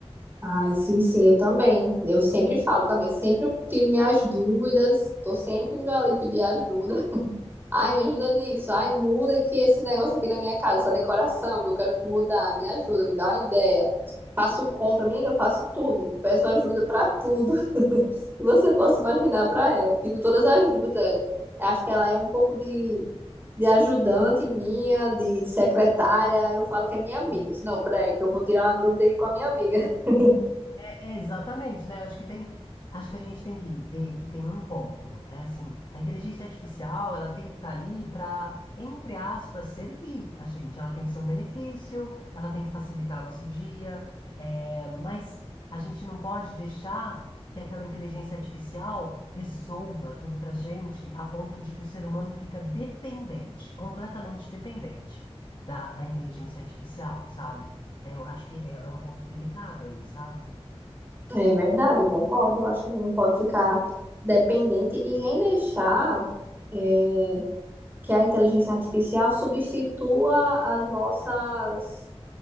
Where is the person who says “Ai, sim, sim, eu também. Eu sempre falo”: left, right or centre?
Right